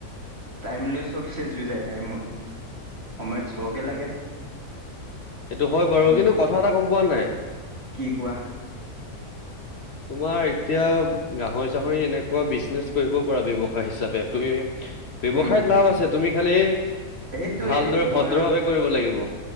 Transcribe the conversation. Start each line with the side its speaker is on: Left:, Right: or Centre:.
Right: টাইম লৈ চব চেঞ্জ হৈ যায়। টাইমত, সময়ত চবকে লাগে।
Left: সেইটো হয় বাৰু,
Right: টাইমত
Left: কিন্তু কথা এটা গ'ম পোৱা নাই?
Right: কি কোৱা?
Left: তোমাৰ এতিয়া গাহৰি চাহৰি এনেকুৱা বিজনেচ কৰিব পাৰা, ব্যয়ৱসায় হিচাপে। তুমি, ব্যৱসায়ত
Right: উম হম
Left: লাভ আছে, তুমি খালি।
Right: সেইটোৱে
Left: ভালদৰে
Right: তোমাৰ
Left: ভদ্ৰ ভাৱে কৰিব লাগিব।